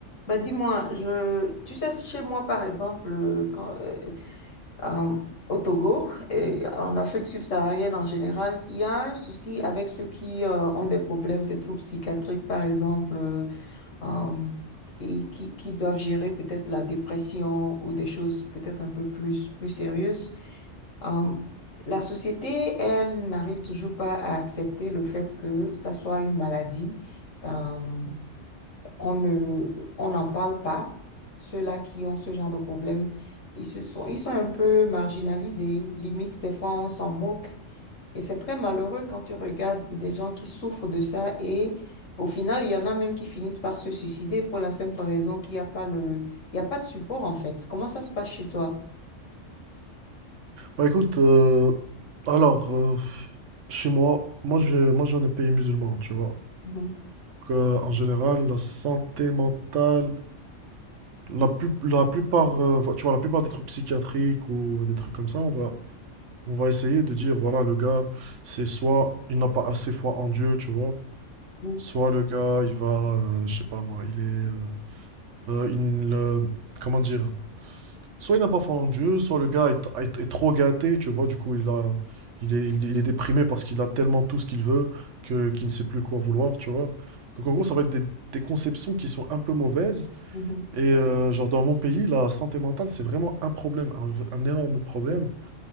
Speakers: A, on the left; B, on the right.
A: Bah dis-moi, je, tu sais, chez moi par exemple, euh, quand, euh, euh, au Togo et en Afrique subsaharienne en général, il y a un souci avec ceux qui euh, ont des problèmes, des troubles psychiatriques par exemple, euh, euh, et qui, qui doivent gérer peut-être la dépression ou des choses peut-être un peu plus, plus sérieuses. Euh, la société, elle, n'arrive toujours pas à accepter le fait que ça soit une maladie. Euh, on ne, on n'en parle pas. Ceux-là qui ont ce genre de problème, ils se sont, ils sont un peu marginalisés. Limite, des fois, on s'en moque. Et c'est très malheureux quand tu regardes des gens qui souffrent de ça et au final, il y en a même qui finissent par se suicider pour la simple raison qu'il n'y a pas le, il y a pas de support en fait. Comment ça se passe chez toi?
B: Bah écoute, euh, alors, euh, chez moi, moi je, viens- moi je viens des pays musulmans, tu vois.
A: Mhm,
B: Donc, euh, en général, la santé mentale, la, plus, la plupart, euh, vo- tu vois, la plupart des troubles psychiatriques ou euh, des trucs comme ça, on va, on va essayer de dire, voilà, le gars, c'est soit il n'a pas assez foi en Dieu, tu vois,
A: mhm,
B: soit le gars, il va, euh, je sais pas moi, il est, euh, euh, il, euh, comment dire, Soit il n'a pas foi en Dieu, soit le gars est, est- est trop gâté, tu vois, du coup, il a, il est, il est déprimé parce qu'il a tellement tout ce qu'il veut que, qu'il ne sait plus quoi vouloir, tu vois. Donc, en gros, ça va être des, des conceptions qui sont un peu mauvaises.
A: mhm,
B: Et euh, genre, dans mon pays, la santé mentale, c'est vraiment un problème, un, v- un énorme problème.